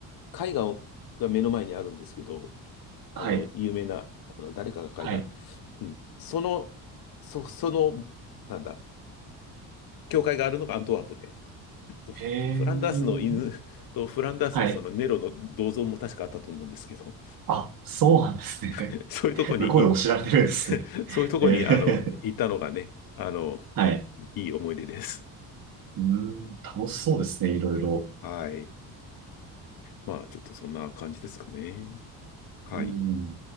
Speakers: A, on the left; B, on the right.
A: 絵画をが目の前にあるんですけど、あの、
B: はい。
A: 有名な、あの、誰かが描いた
B: はい。
A: うん。その、そ、その、なんだ、教会があるのがアントワープで、フフランダースの犬
B: へえ。
A: <laughs> とフランダースのそのネロの銅像も確かあったと思うんですけど、
B: はい。あ、そうなんですね。
A: <laughs> そういうとこにい、
B: <laughs> 向こうでも知られてるんですね。
A: <laughs> そういうとこに、
B: ええ。
A: あの、行ったのがね、あの、
B: はい。
A: いい思い出です。
B: うーん、楽しそうですね、いろいろ。
A: はい。まあ、ちょっとそんな感じですかね。はい。
B: うん。